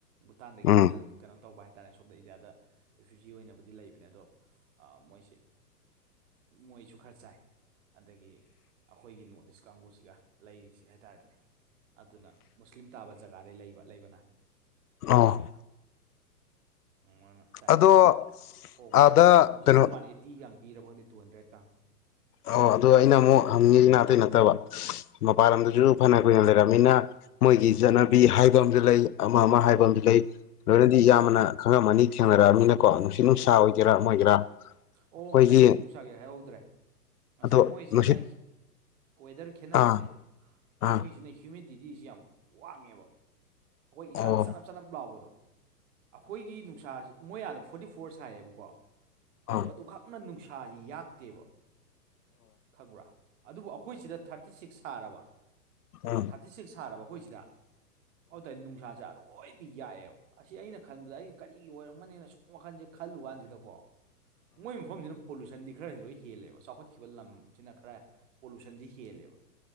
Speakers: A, on the right; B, on the left.
A: ꯚꯨꯇꯥꯟꯗꯒꯤ
B: ꯎꯝ
A: ꯀꯩꯅꯣ ꯇꯧꯕ ꯍꯥꯏꯔꯦ ꯇꯥꯏꯝꯁ ꯑꯣꯐ ꯗ ꯏꯟꯗꯤꯌꯥꯗ ꯔꯤꯐ꯭ꯌꯨꯖꯤ ꯑꯣꯏꯅꯕꯨꯗꯤ ꯂꯩꯕꯅꯦ ꯑꯗꯣ ꯃꯣꯏꯁꯦ ꯃꯣꯏꯁꯨ ꯈꯔ ꯆꯥꯏ꯫ ꯑꯗꯒꯤ ꯑꯩꯈꯣꯏꯒꯤ ꯅꯣꯔꯠ ꯏꯁ ꯀꯥꯡꯕꯨꯁꯤꯒ ꯂꯩꯔꯤꯁꯤ ꯍꯥꯏꯇꯥꯔꯦꯅꯦ ꯑꯗꯨꯅ ꯃꯨꯁꯂꯤꯝ ꯇꯥꯕ ꯖꯒꯥꯗꯩ ꯂꯩꯕ ꯂꯩꯕꯅ
B: ꯑꯣ
A: ꯃꯥꯅ ꯆꯥꯏ
B: ꯑꯗꯣ
A: ꯍꯣꯡꯉꯦ
B: ꯑꯥꯗ
A: ꯌꯥꯝ ꯃꯇꯝꯗꯣ ꯍꯧꯖꯤꯛꯇꯤ
B: ꯀꯩꯅꯣ
A: ꯋꯥꯟ ꯑꯥꯏꯇꯤ ꯆꯥꯡ ꯄꯤꯔꯕ ꯈꯪꯗꯦ ꯇꯨ ꯍꯟꯗ꯭ꯔꯦꯠ ꯒ꯭ꯥꯔꯝ꯫
B: ꯑꯣ ꯑꯗꯣ ꯑꯩꯅ ꯑꯃꯨꯛ ꯍꯪꯉꯤꯁꯤꯅꯥ ꯑꯇꯩ ꯅꯠꯇꯕ ꯃꯄꯥꯟ ꯂꯝꯗꯁꯨ ꯐꯅ ꯀꯨꯏꯅ ꯂꯩꯔꯝꯅꯤꯅ꯫ ꯃꯣꯏꯒꯤ ꯆꯠꯅꯕꯤ ꯍꯥꯏꯕ ꯑꯃꯗꯤ ꯂꯩ ꯑꯃ ꯑꯃ ꯍꯥꯏꯕ ꯑꯝ꯫ ꯂꯩ ꯂꯣꯏꯅꯗꯤ
A: ꯎꯝ
B: ꯌꯥꯝꯕꯅ ꯈꯪꯉꯝꯃꯅꯤ ꯊꯦꯡꯅꯔꯛꯑꯕꯃꯤꯅꯀꯣ ꯅꯨꯡꯁꯤꯠ ꯅꯨꯡꯁꯥ ꯑꯣꯏꯒꯦꯔꯥ
A: ꯎꯝ
B: ꯑꯣꯏꯒꯦꯔꯥ
A: ꯑꯣ
B: ꯑꯩꯈꯣꯏꯒꯤ
A: ꯉꯁꯥꯏ ꯅꯨꯡꯁꯤꯠ ꯅꯨꯡꯁꯥꯒꯤ ꯍꯥꯏꯍꯧꯗ꯭ꯔꯦ ꯉꯁꯥꯏ
B: ꯑꯗꯣ
A: ꯃꯣꯏꯁꯤꯅ
B: ꯅꯨꯡꯁꯤꯠ
A: ꯋꯦꯗꯔ ꯈꯦꯠꯅꯕꯁꯦ
B: ꯑꯥ ꯑꯥ
A: ꯃꯣꯏꯁꯤꯅ꯫ ꯍ꯭ꯌꯨꯃꯤꯗꯤꯇꯤꯁꯤ ꯌꯥꯝ ꯋꯥꯡꯉꯦꯕ ꯑꯩꯈꯣꯏ ꯏꯁꯥꯗ
B: ꯑꯣ
A: ꯆꯅꯞ ꯆꯅꯞ ꯂꯥꯎꯕꯗꯣ ꯑꯩꯈꯣꯏꯒꯤ ꯅꯨꯡꯁꯥꯁꯦ ꯃꯣꯏ ꯑꯥꯗ ꯐꯣꯔꯇꯤ ꯐꯣꯔ ꯁꯥꯏꯌꯦꯕꯀꯣ
B: ꯑꯗꯣ
A: ꯑꯗꯨ ꯑꯗꯨꯈꯛ꯫ ꯌꯥꯝꯅ ꯅꯨꯡꯁꯥꯁꯤ ꯌꯥꯛꯇꯦꯕ ꯈꯪꯕ꯭ꯔꯥ ꯑꯗꯨꯕꯨ ꯑꯩꯈꯣꯏꯁꯤꯗ ꯊꯔ꯫ ꯊꯥꯔꯇꯤ ꯁꯤꯛꯁ ꯁꯥꯔꯕ꯫
B: ꯑꯣ
A: ꯊꯥꯔꯇꯤ ꯁꯤꯛꯁ ꯁꯥꯔꯕ ꯑꯩꯈꯣꯏꯁꯤꯗ ꯑꯗꯨꯗꯤ ꯅꯨꯡꯁꯥꯥꯁꯦ꯫ ꯌꯥꯏꯑꯦꯕ ꯑꯁꯤ ꯑꯩꯅ ꯈꯟꯕꯗ ꯑꯩꯅ ꯀꯔꯤꯒꯤ ꯑꯣꯏꯔꯝꯒꯅꯦꯅ ꯁꯨꯝ ꯋꯥꯈꯜꯁꯦ ꯈꯜꯂꯨ ꯀꯥꯟꯁꯤꯗꯀꯣ꯫ ꯃꯣꯏ ꯃꯐꯝꯁꯤꯅ꯫ ꯄꯣꯂꯨꯁꯟꯗꯤ ꯈꯔ ꯂꯣꯏ ꯍꯦꯜꯂꯦꯕ ꯆꯥꯎꯈꯠꯈꯤꯕ ꯂꯝꯁꯤꯅ ꯈꯔ ꯄꯣꯂꯨꯁꯟꯁꯤ ꯍꯦꯜꯂꯦꯕ꯫